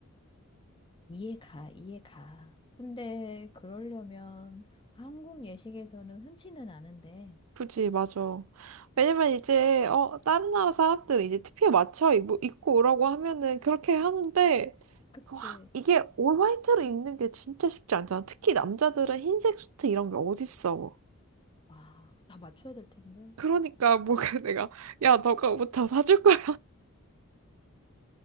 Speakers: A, on the left; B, on the right.
A: 이해가, 이해가. 근데 그러려면 한국 예식에서는 흔치는 않은데
B: 그지, 맞아. 왜냐면 이제, 어, 다른 나라 사람들은 이제 티피에 맞춰 입, 입고 오라고 하면은 그렇게 하는데,
A: 그치?
B: 그 확- 이게 올 화이트로 입는 게 진짜 쉽지 않잖아. 특히 남자들은 흰색 수트 이런 게 어딨어.
A: 와, 그거 다 맞춰야 될 텐데
B: 그러니까 뭐 <laughs> 내가, 야, 너가 옷 다 사줄 거야.